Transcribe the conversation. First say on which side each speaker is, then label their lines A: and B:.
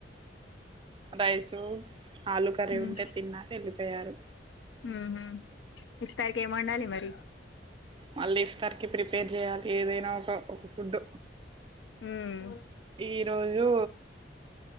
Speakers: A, on the right; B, on the left.
A: రైసు ఆలు కర్రీ
B: హ్మ్మ్
A: ఉంటే తిన్నారు వెళ్ళిపోయారు
B: హ్మ్మ్ ఇఫ్తార్కి ఏమండాలి మరి
A: మళ్ళీ ఇఫ్తార్ కి ప్రిపేర్ చేయాలి ఏదైనా ఒక ఒక ఫుడ్
B: హ్మ్మ్
A: ఈ రోజు